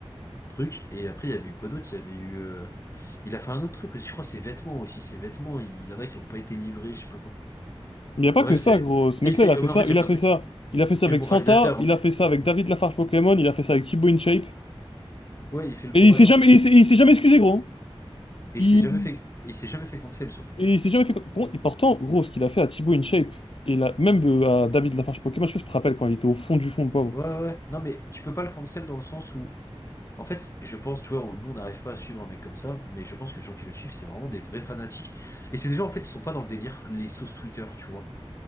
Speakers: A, on the left; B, on the left.
A: truc. Et après, il y avait eu quoi d'autre? Il y avait eu... euh, Il a fait un autre truc aussi, je crois, ses vêtements aussi. Ses vêtements, il y en a qui n'ont pas été livrés, je sais pas quoi.
B: Il n'y a pas
A: Mais bref,
B: que ça,
A: c'est...
B: gros. Ce
A: Tu
B: mec-là,
A: sais, il fait...
B: il a fait
A: Mais
B: ça.
A: en fait, il
B: Il
A: y a plein
B: a fait
A: de
B: ça.
A: trucs.
B: Il a fait ça
A: Il fait
B: avec
A: le moralisateur,
B: Fanta. Il
A: mais...
B: a fait ça avec David Lafarge Pokémon. Il a fait ça avec Thibaut InShape.
A: Ouais, il fait le moral...
B: Et il s'est jamais,
A: En fait,
B: il s'est il s'est jamais excusé, gros.
A: et
B: Il,
A: il s'est jamais fait... et il s'est jamais fait cancel, surtout.
B: et il s'est jamais fait. Bon, et pourtant, gros, ce qu'il a fait à Thibaut InShape, et là, même euh, à David Lafarge Pokémon, je sais pas si tu te rappelles quand il était au fond du fond, le pauvre.
A: Ouais, ouais, ouais. Non, mais tu peux pas le cancel dans le sens où... En fait, je pense, tu vois, nous on n'arrive pas à suivre un mec comme ça, mais je pense que les gens qui le suivent, c'est vraiment des vrais fanatiques. Et c'est des gens, en fait, ils sont pas dans le délire, les sauces Twitter, tu vois.